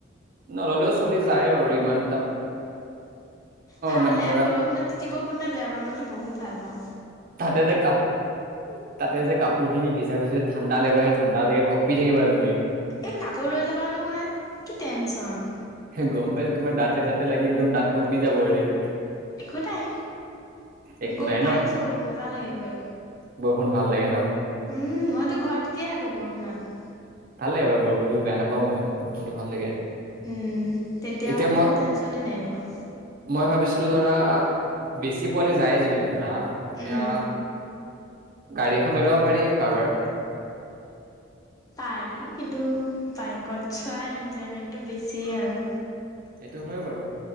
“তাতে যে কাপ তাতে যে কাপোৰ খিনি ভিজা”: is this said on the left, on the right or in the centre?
Right